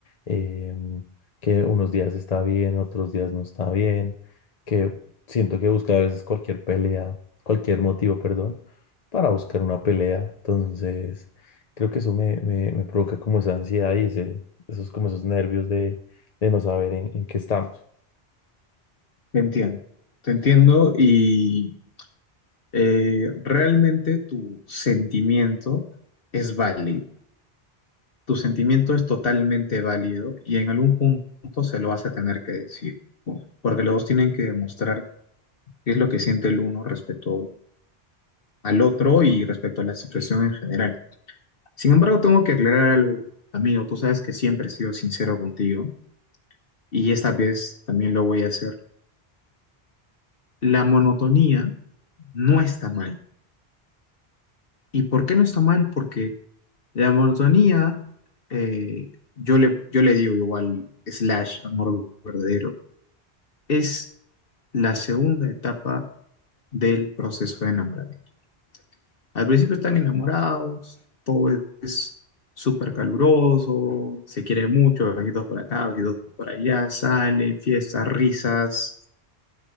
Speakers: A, on the left (about 45°); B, on the left (about 65°).
A: eh, que unos días está bien, otros días no está bien, que siento que busca a veces cualquier pelea, cualquier motivo, perdón, para buscar una pelea. Entonces, creo que eso me, me, me provoca como esa ansiedad y ese, esos, como esos nervios de, de no saber en en qué estamos.
B: Te entiendo, te entiendo y eh, realmente tu sentimiento es válido tu sentimiento es totalmente válido y en algún punto se lo vas a tener que decir, porque los dos tienen que demostrar qué es lo que siente el uno respecto al otro y respecto a la situación en general. Sin embargo, tengo que aclarar algo, amigo, tú sabes que siempre he sido sincero contigo y esta vez también lo voy a hacer. La monotonía no está mal. ¿Y por qué no está mal? Porque la monotonía, eh, yo le, yo le digo igual slash amor verdadero, es la segunda etapa del proceso de enamoramiento. Al principio están enamorados, todo es súper caluroso, se quiere mucho, besitos por acá, besitos por allá, salen, fiestas, risas,